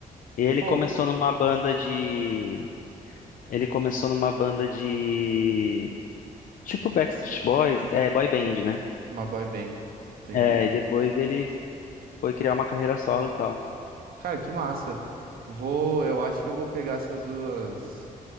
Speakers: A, on the left; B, on the right.
A: E ele
B: Pô,
A: começou numa banda de. Ele começou numa banda de. Tipo Backstreet Boys, é, boy band, né?
B: uma boy band, entendi.
A: É, e depois ele foi criar uma carreira solo e tal.
B: Cara, que massa. Vou, eu acho que eu vou pegar essas duas.